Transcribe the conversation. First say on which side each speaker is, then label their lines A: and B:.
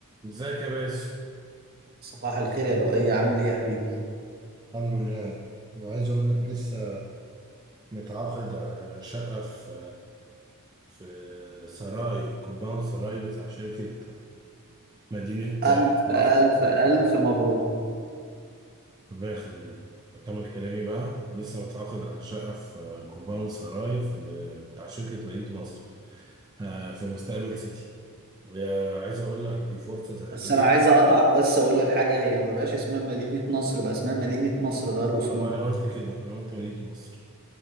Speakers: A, on the right; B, on the right.
A: ازيك يا باسم
B: صباح الخير يا لؤي عامل ايه يا حبيبي
A: الحمد لله وعايز اقول لك لسه متعاقد على شقة في في سراي كومباوند سراي بتاع شركة مدينة
B: الف
A: مصر
B: الف الف مبروك
A: الله يخليك أكمل كلامي بقى لسه متعاقد على شقة في كومباوند سراي في بتاع شركة مدينة مصر آه، في مستقبل سيتي وعايز أقول لك دي فرصة ذهبية
B: بس انا عايز اقطعك بس اقول لك حاجه هي ما بقاش اسمها مدينه نصر بقى اسمها مدينه مصر غيروا اسمهم
A: طب ما أنا قلت كده أنا قلت مدينة مصر